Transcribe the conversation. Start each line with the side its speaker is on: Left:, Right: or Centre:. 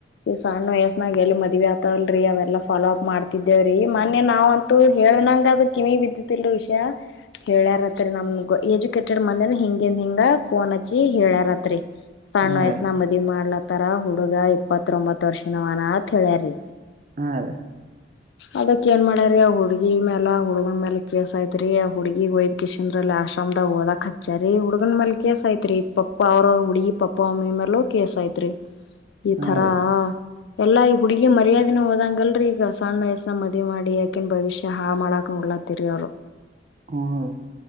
Left: ಇವ್ ಸಣ್ಣ ವಯಸ್ಸನಾಗ ಎಲ್ಲಿ ಮದ್ವಿ ಐತರ್ಲೀ ಅವೆಲ್ಲ ಫಾಲೋ ಅಪ್ ಮಾಡ್ತ ತಿದ್ದೇವ್ರೀ ಮೊನ್ನೆ ನಾವ್ ಅಂತೂ ಹೇಳನಂಗ ಅದ ಕಿವಿ ಬಿದ್ದತಿಲ್ ರಿ ವಿಷ್ಯ ಹೇಳ್ಯಾರತ್ರಿ ನಮಗ ಎಜುಕೇಟೆಡ್ ಮಂದಿ ಹಿಂಗಂದ ಹಿಂಗ ಫೋನ್ ಹಚ್ಚಿ ಹೇಳ್ ರಾತ್ರಿ ಸಣ್ಣ
Right: ಹಾ
Left: ವಯಸ್ಸನ
Right: ರೀ
Left: ಮದ್ವಿ ಅಡಿ ಮಾಡ್ಲತ್ತಾರ ಹುಡುಗ ಇಪ್ಪತೊಂಬತ್ ವರ್ಷ ನವನ ಅಂತ್ ಹೇಳ್ಯಾರಿ
Right: ಹಾ ರೀ
Left: ಅದಕ್ಕ ಏನ್ ಮಾಡ್ಯ್ರೀ ಅವ ಹುಡ್ಗಿ ಮ್ಯಾಲ ಹುಡ್ಗನ್ ಮ್ಯಾಲ ಕೇಸ ಆಯ್ತ್ ರಿ ಹುಡ್ಗಿಗೋಯ್ ಕಿಷನಲ್ಲಿ ಆಶ್ರಮದಾಗ ಓದಕ್ ಹಚ್ಚಾರಿ ಹುಡ್ಗನ್ ಮೆಲ್ ಕೇಸ್ ಆಯ್ತ್ ರಿ ಪಪ್ಪ ಅವ್ರ ಹುಡಿಗ ಪಪ್ಪ ಮಮ್ಮಿ ಮೆಲು ಕೇಸ ಆಯ್ತ್ ರಿ ಈ
Right: ಹಾ
Left: ತರಾ
Right: ರೀ
Left: ಎಲ್ಲಾ ಹುಡ್ಗಿ ಈಗ ಮರ್ಯಾದೆನೆ ಹೋದಂಗಲ್ರರಿ ಈಗ ಸಣ್ಣ ವಯಸ್ಸನಗ ಮದ್ವಿ ಮಾಡಿ ಅಕಿನ್ ಭವಿಷ್ಯ ಹಾಳ್ ಮಾಡಾಕ್ ನೊಡಲತ್ತಿರ್ ಅವ್ರು
Right: ಹ್ಮ್